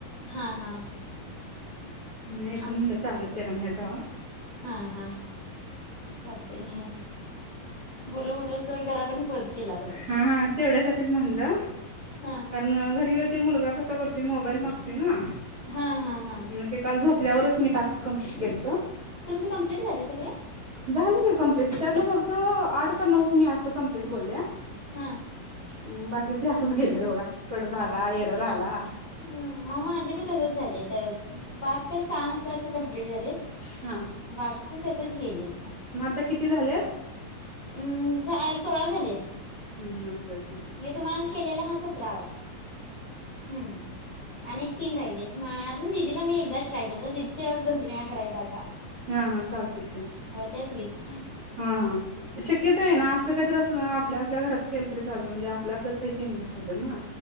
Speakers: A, on the left; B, on the right.
A: हा हा.
B: नाही येतो
A: आमच
B: म्हणलं चालत त्याला न्या जावा
A: हा हा. चालतय हे. बोलू बोलूस तवर घरापर्यंत पोच शीलात.
B: हा हा, तेवढ्यासाठीच म्हणलं
A: हा
B: कार न घरी तो मुलगा कसा करतोय, मोबाईल मागतोय ना.
A: हा हा हा.
B: मग ते काल झोपल्यावरच मी टास्क कम्प्लीट केलतं.
A: तुमची कंप्लीट झाली सगळे.?
B: झाली की कंप्लीट,, त्यातलं फक्त आठ का नऊ मी असं कंप्लीट बोलल्या
A: हा.
B: हम्म बाकीचं असच गेल्यात बघा,, कट झाला एरर आला.
A: हम्म माझे बी तसंच झाले तर, पाच का सहा नुसतं असं कमप्लीट झालेत
B: हां.
A: बाकीचे तसच गेलेत.
B: म आता किती झाले?
A: अम् सोळा झालेत.
B: हम्म ओके ओके
A: यो तुम्हाला केलेला हा सतरावाय- हम्म. आणि तीन राहिलेत,, मग अजून दिदीला मी एकदाच ट्राय केलातो,,. दिदीच्या वेळी दोन तीन वेळा करायचा आता.
B: हा हा चालते की.
A: होत्यात वीस.
B: हा हा. शक्यत आहे ना असं काही त्रास ना आपल्या आपल्या घरात केलं तरी चालतं म्हणजे आपल्या आपल्यात पैसे इन्व्हेस्ट होतात ना.